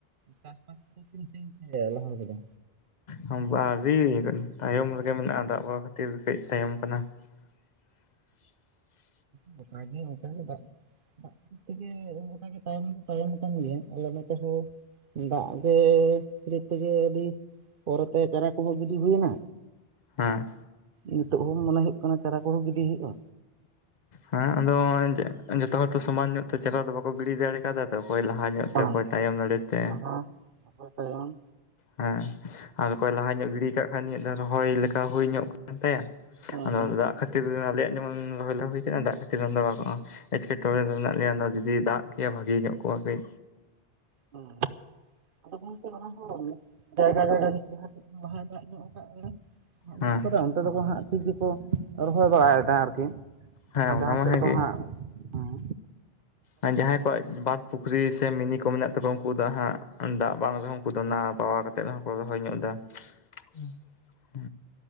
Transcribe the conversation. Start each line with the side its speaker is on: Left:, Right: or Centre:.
Right: ᱪᱟᱥᱵᱟᱥ ᱠᱚᱫᱚ ᱛᱤᱱ ᱥᱟᱹᱜᱤᱧ ᱯᱮ ᱞᱟᱦᱟ ᱠᱟᱫᱟ᱾
Left: ᱦᱟᱸ ᱵᱟ ᱟᱹᱨᱤ ᱛᱟᱭᱚᱢ ᱨᱮᱜᱮ ᱢᱮᱱᱟᱜᱼᱟ ᱫᱟᱜ ᱵᱟ ᱠᱷᱟᱹᱛᱤᱨ ᱠᱟᱹᱡ ᱛᱟᱭᱚᱢ ᱠᱟᱱᱟᱹ ᱾ <inaudible>
Right: ᱜᱚᱴᱟ ᱜᱮ ᱚᱱᱠᱟ ᱜᱮ ᱫᱟᱜ ᱫᱟᱜ ᱠᱷᱟᱹᱛᱤᱨ ᱛᱮᱜᱮ ᱜᱚᱴᱟᱜᱮ ᱛᱟᱭᱚᱢ ᱫᱚ ᱛᱟᱭᱚᱢ ᱠᱟᱱ ᱜᱮᱭᱟ ᱟᱞᱮ ᱱᱚᱛᱮ ᱦᱚᱸ᱾ ᱫᱟᱜ ᱜᱮ ᱯᱮᱨᱮᱡ <unintelligible> ᱛᱮᱜᱮ ᱟᱹᱰᱤ ᱯᱚᱨᱮ ᱛᱮ ᱪᱟᱨᱟ ᱠᱚᱦᱚᱸ ᱜᱤᱰᱤ ᱦᱩᱭᱱᱟ᱾
Left: ᱦᱮᱸ
Right: ᱱᱤᱛᱚᱜ ᱦᱚᱸ ᱢᱚᱱᱮ ᱦᱳᱭᱳᱜ ᱠᱟᱱᱟ ᱪᱟᱨᱟ ᱠᱚᱦᱚᱸ ᱜᱤᱰᱤ ᱦᱳᱭᱳᱜ-ᱟ
Left: ᱦᱮᱸ ᱟᱫᱚ ᱡᱚᱛᱚ ᱦᱚᱲ ᱛᱚ ᱥᱚᱢᱟᱱ ᱧᱚᱜ ᱛᱮ ᱪᱟᱨᱟ ᱫᱚ ᱵᱟᱠᱚ ᱜᱤᱰᱤ ᱫᱟᱲᱮ ᱠᱟᱫᱟ ᱛᱚ ᱚᱠᱚᱭ ᱞᱟᱦᱟ ᱧᱚᱜ
Right: ᱵᱟᱝ
Left: ᱛᱮ ᱚᱠᱚᱭ ᱛᱟᱭᱚᱢ ᱫᱟᱲᱮᱛᱮ
Right: ᱚᱠᱚᱭ ᱞᱟᱦᱟ ᱚᱠᱚᱭ ᱛᱟᱭᱚᱢ
Left: ᱦᱮᱸ ᱟᱨ ᱚᱠᱚᱭ ᱞᱟᱦᱟ ᱧᱚᱜ ᱜᱤᱲᱤ ᱠᱟᱜ ᱠᱷᱟᱱ ᱩᱱᱤᱭᱟᱜ ᱫᱚ ᱨᱚᱦᱚᱭ ᱞᱮᱠᱟ ᱦᱳᱭ ᱧᱚᱜ ᱠᱟᱱ ᱛᱟᱭᱟ
Right: ᱦᱮᱸ
Left: ᱟᱫᱚ
Right: ᱦᱮᱸ ᱦᱮᱸ
Left: ᱫᱟᱜ ᱠᱷᱟᱹᱛᱤᱨ ᱟᱞᱮᱭᱟᱜ ᱡᱮᱢᱚᱱ ᱨᱚᱦᱚᱭ ᱫᱚ ᱦᱳᱭ ᱠᱟᱱᱟ ᱫᱟᱜ ᱠᱷᱟᱹᱛᱤᱨ ᱫᱚ ᱜᱟᱱᱚᱜ-ᱟ ᱮᱴᱠᱮᱴᱚᱬᱮ ᱨᱮ ᱢᱮᱱᱟᱜ ᱞᱮᱭᱟ ᱚᱱᱟ ᱡᱩᱫᱤ ᱫᱟᱜ ᱠᱮᱭᱟ ᱵᱷᱟᱹᱜᱤ ᱧᱚᱜ ᱠᱚᱜ-ᱟ ᱠᱟᱹᱡ
Right: ᱦᱮᱸ᱾ ᱟᱫᱚ ᱜᱚᱝᱠᱮ ᱚᱱᱟ ᱦᱚᱸ ᱡᱟᱭᱜᱟ ᱡᱟᱭᱜᱟ ᱡᱩᱫᱤ ᱡᱟᱸᱦᱟ ᱥᱮᱫ ᱞᱟᱦᱟ ᱫᱟᱜ ᱧᱚᱜ ᱠᱟᱜ ᱞᱮ ᱫᱟᱜ
Left: ᱦᱮᱸ
Right: ᱧᱚᱜ ᱠᱟᱫᱟ ᱚᱱᱛᱮ ᱫᱚᱠᱚ ᱦᱟᱸᱜ ᱴᱷᱤᱠ ᱜᱮᱠᱚ ᱨᱚᱦᱚᱭ ᱵᱟᱲᱟᱭ ᱫᱟ ᱟᱨᱠᱤ
Left: ᱦᱮᱸ
Right: ᱟᱨ ᱡᱟᱸᱦᱟ
Left: ᱚᱱᱟ ᱢᱟ
Right: ᱥᱮᱫ
Left: ᱦᱮᱸᱜᱮ
Right: ᱫᱚ ᱦᱟᱸᱜ ᱦᱮᱸ
Left: ᱟᱨ ᱡᱟᱸᱦᱟᱭ ᱠᱚᱣᱟᱜ ᱵᱟᱸᱫᱽ ᱯᱩᱠᱨᱤ ᱥᱮ ᱢᱤᱱᱤ ᱠᱚ ᱢᱮᱱᱟᱜ ᱛᱟᱠᱚᱣᱟ ᱩᱱᱠᱩ ᱫᱚ ᱦᱟᱸᱜ ᱫᱟᱜ ᱵᱟᱝ ᱨᱮᱦᱚ ᱩᱱᱠᱩ ᱫᱚ ᱱᱟᱣᱟ ᱯᱟᱣᱟ ᱠᱟᱛᱮ ᱨᱮᱦᱚ ᱠᱚ ᱨᱚᱦᱚᱭ ᱧᱚᱜ ᱫᱟ ᱦᱩ